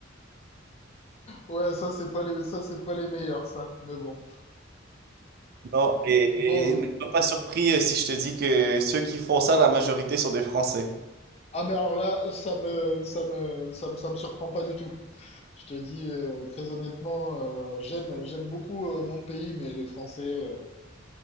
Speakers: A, on the left; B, on the right.
A: Ouais, ça, c'est pas les, ça, c'est pas les meilleurs, ça. Mais bon.
B: Non, et,
A: Bon.
B: et ne
A: euh,
B: sois pas surpris euh, si je te dis que ceux qui font ça, la majorité sont des Français.
A: Ah, mais alors là, ça me, ça me, ça me, ça me surprend pas du tout. Je te dis euh, très honnêtement, euh, j'aime j'aime beaucoup euh, mon pays, mais les Français, euh,